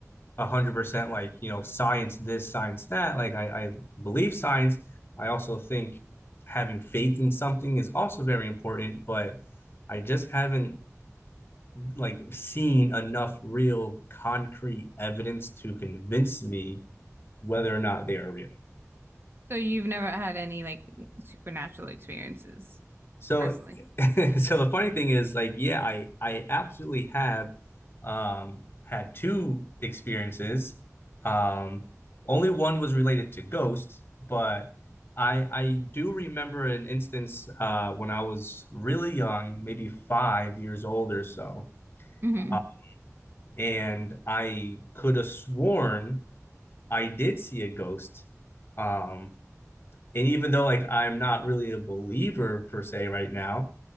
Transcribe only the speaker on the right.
So you've never had any like supernatural experiences
personally.
hmm